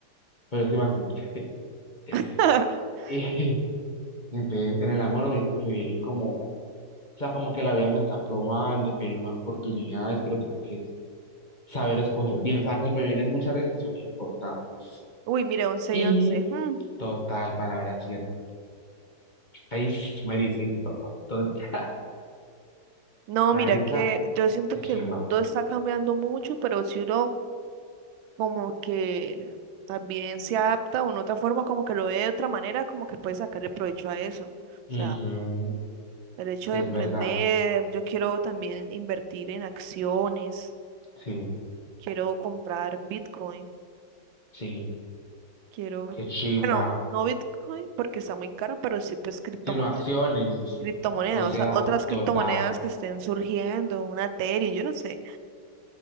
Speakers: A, on the left (about 30°); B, on the right (about 85°).
A: Pero yo sí me asusté. <laughs>
B: <laughs>
A: Y entonces, en el amor me dice que vienen como, o sea, como que la vida me está probando, que vienen más oportunidades, pero tengo que saber escoger bien, o sea, que me vienen muchas decisiones importantes.
B: Uy, mire, once
A: Y
B: y once mm.
A: total, palabra cierta. Ahí sí <laughs> me dice y todo. Total. <laughs>
B: No,
A: Marica,
B: mira que yo siento
A: qué
B: que
A: chimba.
B: el mundo está cambiando mucho, pero si uno como que también se adapta o en otra forma, como que lo ve de otra manera, como que puede sacarle provecho a eso. O
A: Ujú,
B: sea, el hecho
A: es
B: de emprender,
A: verdad.
B: yo quiero también invertir en acciones,
A: Sí,
B: Quiero comprar Bitcoin.
A: sí,
B: Quiero,
A: qué chimba.
B: bueno, no Bitcoin porque está muy caro, pero sí pues criptomoneda.
A: Sino acciones.
B: Criptomoneda,
A: O sea,
B: o sea, otras criptomonedas
A: total.
B: que estén surgiendo, una Ethereum, yo no sé.